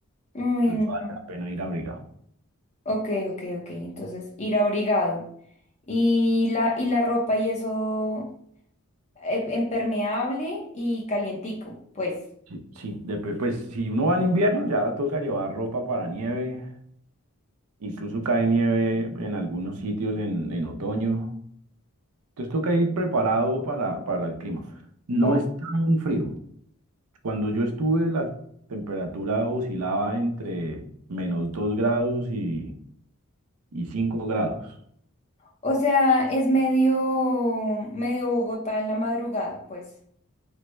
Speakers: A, on the left; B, on the right.
A: Uy,
B: Entonces vale
A: no.
B: la pena ir abrigado.
A: Ok, ok, ok. Entonces, ir abrigado. Y la, y la ropa y eso, eh, impermeable y calientico, pues.
B: Sí, sí, después, pues si uno va en invierno ya toca llevar ropa para nieve, incluso cae nieve en algunos sitios en, en otoño. Entonces toca ir preparado para, para el clima. No
A: O,
B: es tan frío. Cuando yo estuve la temperatura oscilaba entre menos 2 grados y, y cinco grados,
A: o sea, es medio, medio Bogotá en la madrugada, pues.